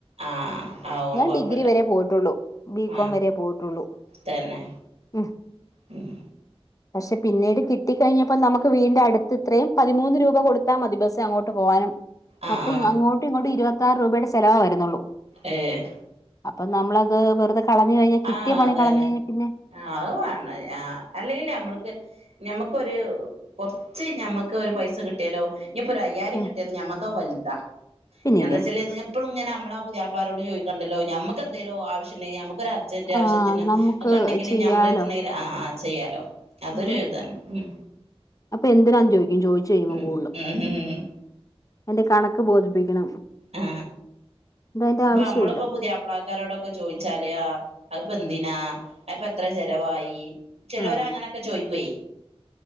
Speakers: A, on the right; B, on the left.
A: ആ ആവോണ്ട്
B: ഞാൻ
A: കൊഴപ്പല്ല
B: ഡിഗ്രി വരെ പോയിട്ടുള്ളു ബികോം
A: ആ
B: വരെ പോയിട്ടുള്ളൂ
A: തന്നെ
B: ഉ <unintelligible>
A: ഉം
B: പക്ഷെ പിന്നീട് കിട്ടിക്കഴിഞ്ഞപ്പോ നമുക്ക് വീടിന്റെ അടുത്ത് ഇത്രയും പതിമൂന്ന് രൂപ കൊടുത്താൽ മതി ബസ്സ് അങ്ങോട്ട് പോകാനും
A: ആ
B: മൊത്തം
A: ആ
B: അങ്ങോട്ടും ഇങ്ങോട്ടും ഇരുപത്താറ് രൂപയുടെ ചെലവാ വരുന്നുള്ളൂ
A: ഏ
B: അപ്പ നമ്മളത് വെറുതെ കളഞ്ഞ കിട്ടിയപണികളഞ്ഞ
A: ആ അതന്നെ
B: കഴിഞ്ഞാൽ പി
A: ആ അതാണ് ആ അല്ലെങ്കല്ല നമ്മൾക്ക് ഞമ്മുക്കൊരു കുറച്ച് ഞമ്മക്ക് ഒരു പൈസ കിട്ടിയാലോ ഇനി പുരഅയ്യയിരം
B: ഉം
A: കിട്ടിയാല ഞമ്മക്കാ വലുത
B: പിന്നില്ലേ
A: എന്താ വെച്ചല് എപ്പഴും ഇങ്ങന നമ്മള പുതിയാപ്പളാരോട് ചോക്കണ്ടല്ലോഞമക്ക്ന്തേലോ ആവശ്യുണ്ടക്ക് ഒരു അർജന്റ്
B: ആ
A: ആവശ്യത്തിന്
B: നമുക്ക്
A: ഒക്കെ ഉണ്ടെങ്കിൽ
B: ചെയ്യാലോ
A: ഞമ്മൾ എടുണ്ടെങ്കിൽ ആ ആ ചെയ്യാലോ അതൊരു
B: ഉം
A: ഇതാണ് ഉം
B: അപ്പൊ എന്തിനാന്ന് ചോദിക്കും ചോതിച്ച് കഴുമ്പോ
A: ഉം
B: കൂടുതും
A: ഉം ഉം
B: എന്റെ കണക്ക് ബോധിപ്പിക്കണം
A: ആ
B: ഇത് അതിന്റെ
A: ഇപ്പൊ
B: ആവശ്യമില്ല
A: നമ്മളിപ്പോ പുതിയാപ്ലക്കാരോടൊക്കെ ചോദിച്ചാല് ആ അത് പെന്തിനാ അ പത്ര ചെലവായി ചിലവർ
B: ആ
A: അങ്ങനെയൊക്കെ ചോയ്ക്കുവേ